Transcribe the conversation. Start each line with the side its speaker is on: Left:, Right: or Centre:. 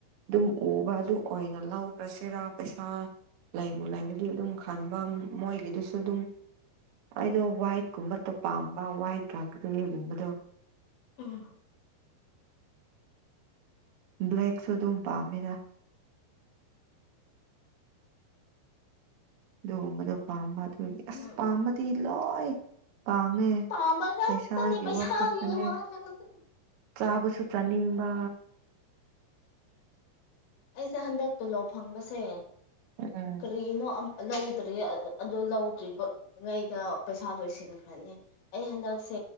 Right: ꯑꯗꯨꯝ ꯎꯕ ꯑꯗꯨ ꯑꯣꯏꯅ ꯂꯧꯈ꯭ꯔꯁꯤꯔꯥ ꯄꯩꯁꯥ ꯂꯥꯏꯕꯨ ꯂꯥꯏꯗꯗꯤ ꯑꯗꯨꯝ ꯈꯕ ꯃꯣꯏꯒꯤꯗꯨꯁꯨ ꯑꯗꯨꯝ ꯑꯩꯗꯣ ꯋꯥꯏꯠꯀꯨꯝꯕꯇꯣ ꯄꯥꯝꯕ ꯋꯥꯏꯠꯀ ꯒ꯭ꯔꯦꯒꯨꯝꯕꯗꯣ
Left: ꯎꯝ
Right: ꯕ꯭ꯂꯦꯛꯁꯨ ꯑꯗꯨꯝ ꯄꯥꯝꯃꯤꯅ ꯑꯗꯨꯗ ꯄꯥꯝꯕ ꯑꯗꯨ ꯑꯁ
Left: ꯎꯝ ꯎꯝ
Right: ꯄꯥꯝꯕꯗꯤ ꯂꯣꯏ ꯄꯥꯝꯃꯦ
Left: ꯄꯥꯝꯕ ꯉꯥꯛꯇꯅꯦ
Right: ꯄꯩꯁꯥꯒꯤ
Left: ꯄꯩꯁꯥꯒꯤ
Right: ꯋꯥꯈꯛꯇꯅꯦ
Left: ꯋꯥꯅꯦ ꯍꯧꯖꯤꯛ
Right: ꯆꯥꯕꯁꯨ ꯆꯥꯅꯤꯡꯕ
Left: ꯑꯩꯁꯦ ꯍꯟꯗꯛ ꯇꯨꯜꯂꯧ ꯐꯪꯕꯁꯦ
Right: ꯎ
Left: ꯀꯔꯤꯅꯣ ꯂꯧꯗ꯭ꯔꯔꯤ ꯑꯗꯣ ꯂꯧꯗ꯭ꯔꯤꯕ ꯉꯩꯗ ꯄꯩꯁꯥ ꯂꯣꯏꯁꯤꯟꯈ꯭ꯔꯅꯤ ꯑꯩ ꯍꯟꯗꯛꯁꯦ